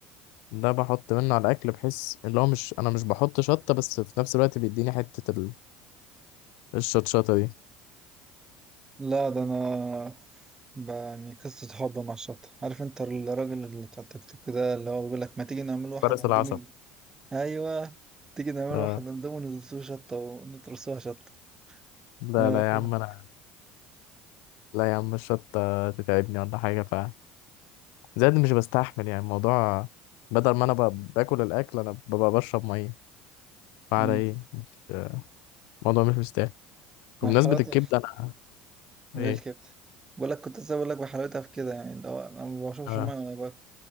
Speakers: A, on the left; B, on the right.
A: ده بحط منه على الاكل بحيث اللي هو مش انا مش بحط شطه بس في نفس الوقت بيديني حته ال- الشطشطه دي
B: لا ده أنا ب- يعني قصة حب مع الشطة عارف انت الراجل اللي بتاع التيك توك ده اللي هو بيقول لك ما تيجي نعمل واحد
A: فرس
B: اندومي
A: العصب
B: ايوه تيجي نعمل
A: آه.
B: واحد اندومي ونزلسوه شطة ونترسوها شطة
A: لا
B: اه
A: لا
B: فاهم
A: يا عم انا لا يا عم الشطه تتعبني ولا حاجه ف زائد مش بستحمل يعني الموضوع بدل ما انا ب- باكل الاكل انا ببقى بشرب ميه فعلى
B: مم.
A: ايه مش الموضوع مش مستاهل بمناسبه
B: مع حلاوتها
A: الكبده انا
B: بالكبدة
A: ايه
B: بقول لك كنت لسه بقول لك بحلاوتها في كده يعني اللي هو انا ما بشربش
A: آه.
B: ميه